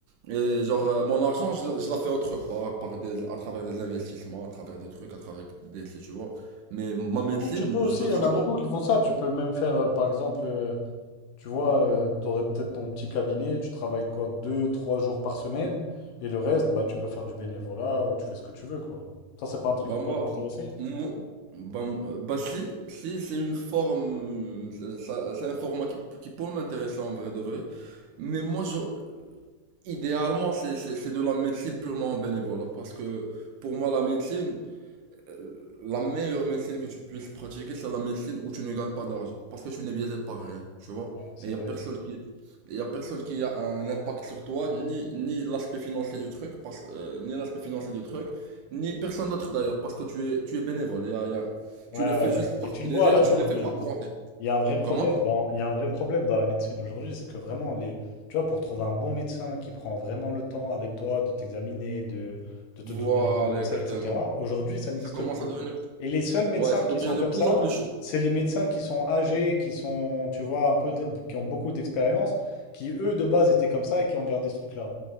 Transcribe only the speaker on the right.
et genre, euh, mon argent, je, je la fais autre part, par des, à travers des investissements, à travers des trucs, à travers des, tu vois. Mais ma médecine,
je veux
que
ça
soit...
Bah
moi,
moi- bah, euh, bah, si, si c'est une forme, euh, ça- c'est un format qui, qui peut m'intéresser en vrai de vrai. Mais moi, je, idéalement, c'est c'est- c'est de la médecine purement en bénévolat. Parce que pour moi, la médecine, euh, la meilleure médecine que tu puisses pratiquer, c'est la médecine où tu ne gagnes pas d'argent. Parce que tu n'es biaisé par rien, tu vois.
Et il n'y
a personne qui, y a personne qui a un impact sur toi, ni, ni l'aspect financier du truc, parce, euh, ni l'aspect financier du truc, ni personne d'autre d'ailleurs, parce que tu es, tu es bénévole. Y a- y a-
tu le
fais juste
par
plaisir
et
tu le fais
par volonté.
Comment?
Voilà,
exactement.
Ça commence
à devenir,
ouais, ça
devient
de plus
en plus chaud.